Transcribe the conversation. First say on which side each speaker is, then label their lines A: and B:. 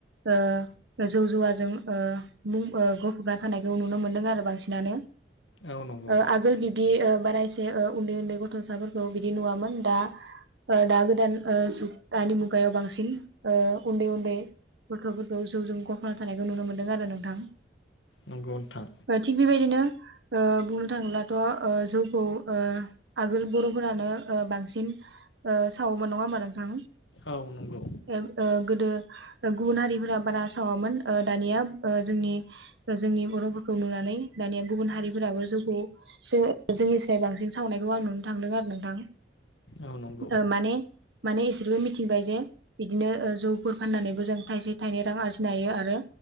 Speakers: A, on the right; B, on the left.
A: ओ जौ जुवाजों ओ मुं गफबना थानायखौ नुनो मोनदों आरो बांसिनानो
B: औ नंगौ
A: ओ आगोल बिब्दि ओ बारा एसे ओ उन्दै उन्दै गथ'साफोरखौ बिदि नुवामोन दा ओ दा गोदान ओ दानि मुगायाव बांसिन ओ उन्दै उन्दै गथ'फोरखौ जौजों गख'ना थानायखौ नुनो मोन्दों आरो नोंथां
B: नंगौ नोंथां
A: ओ थिग बेबायदिनो ओ बुंनो थाङोब्लाथ' ओ जौखौ आगोल बर'फोरानो बांसिन ओ सावोमोन नङा होमबा नोंथां
B: औ नंगौ
A: ओग ओ गोदो गुबुन हारिफोरा बारा सावामोन ओ दानिया ओ जोंनि जोंनि बर'फोरखौ नुनानै। नै दानिया गुबुन हारिफोराबो जौखौ सो जोंनि साय बांसिन सावनायखौ आं नुनो थांदों आरो नोंथां।
B: औ नंगौ।
A: ओ माने माने इसोइबो मि थिबाय जे बिदिनो जौफोर फाननानैबो जों थायसे थाइनै रां आरजिनो हायो आरो